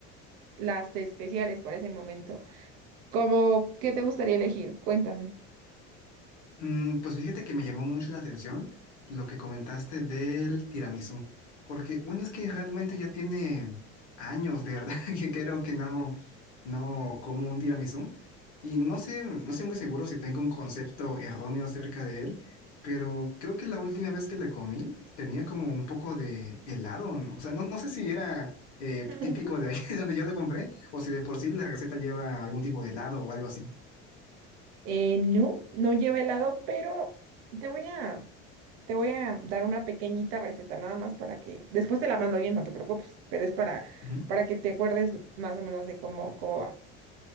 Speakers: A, on the right; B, on the left.
A: las especiales para ese momento. ¿Cómo ¿qué te gustaría elegir? Cuéntame.
B: Mm, pues fíjate que me llamó mucho la atención lo que comentaste del tiramisú, porque bueno, es que realmente ya tiene años, de verdad, <laughs> que creo que no, no como un tiramisú y no sé, no sé muy seguro si tengo un concepto erróneo acerca de él, pero creo que la última vez que le comí tenía como un poco de helado, ¿no? O sea, no, no sé si era eh,
A: <laughs>
B: típico de ahí <laughs> donde yo lo compré o si de por sí la receta lleva algún tipo de helado o algo así.
A: Eh, no, no lleva helado, pero te voy a, te voy a dar una pequeñita receta nada más para que, después te la mando bien, no te preocupes, pero es para,
B: Ujú.
A: para que te acuerdes más o menos de cómo, cómo va.